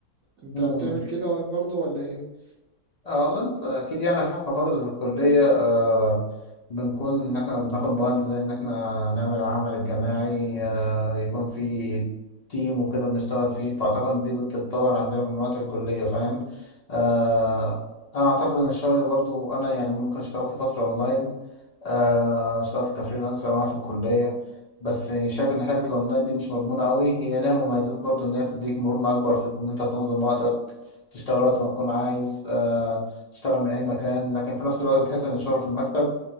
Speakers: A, on the right; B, on the left.
A: انت
B: مم.
A: بتعمل كده واك برضو ولا ايه
B: اه والله انت اكيد يعني في احنا فترة الكلية آه بنكون ان احنا بناخد مواد زي ان احنا نعمل العمل الجماعي آه يكون في تيم وكده بنشتغل فيه فاعتقد ان دي بتتطور عندنا من وقت الكلية فاهم آه انا اعتقد ان الشغل برضو انا يعني ممكن اشتغلت فترة اونلاين آه اشتغلت كفريلانسر وانا في الكلية بس شايف ان حتة الاونلاين دي مش مضمونة قوي هي ليها مميزات برضو ان هي بتديك مرونة اكبر في ان انت تنظم وقتك تشتغل وقت ما تكون عايز آه، تشتغل من اي مكان لكن في نفس الوقت بتحس ان الشغل في المكتب